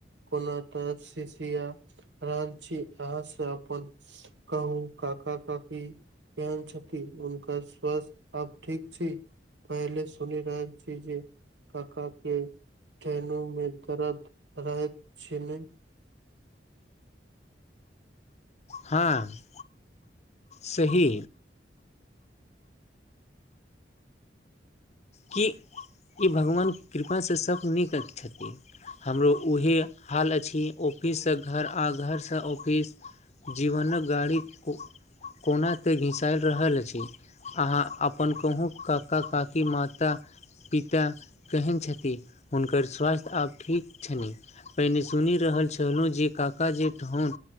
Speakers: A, on the right; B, on the left.
A: कोना त शीशिया रहल छी अहाँ से अपन कहू क का काफी ध्यान छथिति हुनकर स्वास्थ्य अब ठीक छी पहिले सुनी राह जी कका के ट्रेनो में दर्द रहैत छैने
B: हँ सही कि ई भगवान कृपा सँ सभ नीक छथिन हमरो उएह हाल अछि ऑफिस सँ घर आ घर सँ ऑफिस जीवनक गाड़ी को कोना ते घिसायल रहल अछि अहाँ अपन कहूँ काका काकी मात माता पिता केहन छथिन हुनकर स्वास्थ्य आब ठीक छनि पहिने सुनि रहल छलहुँ जे काका जे ठोन